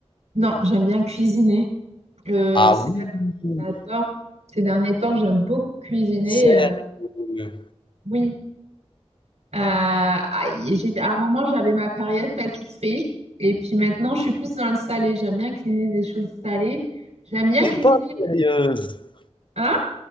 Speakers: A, on the right; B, on the left.
A: Non, j'aime bien cuisiner. Euh,
B: Ah
A: c'est
B: oui!
A: bien- J'adore. Ces derniers temps, j'aime beaucoup cuisiner.
B: Sérieux?
A: euh, oui. Euh, ah, y- j'étais, à un moment, j'avais ma période pâtisserie. Et puis maintenant, je suis plus dans le salé. J'aime bien cuisiner des choses salées. J'aime bien
B: T'es
A: cuisiner.
B: pas sérieuse!
A: Hein?